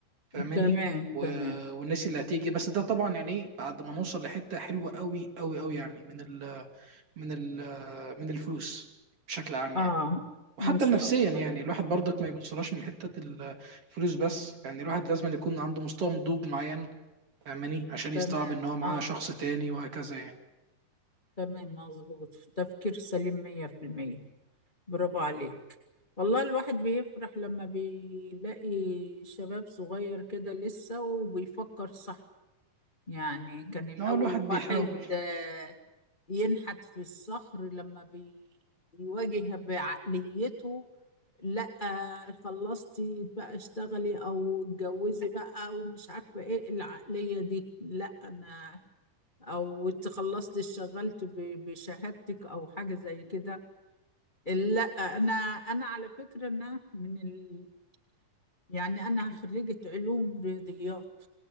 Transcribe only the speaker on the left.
تمام
تمام
اه
ان شاء
الله
تمام
اه
تمام مظبوط تفكير سليم مية في المية برافو عليك والله الواحد بيفرح لما بيلاقي شباب صغير كده لسه وبيفكر صح يعني كان الأول
الواحد
آه، ينحت في الصخر لما بيواجه بعقليته لا خلصتي بقى اشتغلي او اتجوزي بقى ومش عارفة ايه العقلية دي لا انا او اتخلصت اشتغلت ب- بشهادتك او حاجه زي كده لا انا انا على فكره ان انا من ال... يعني انا خريجه علوم رياضيات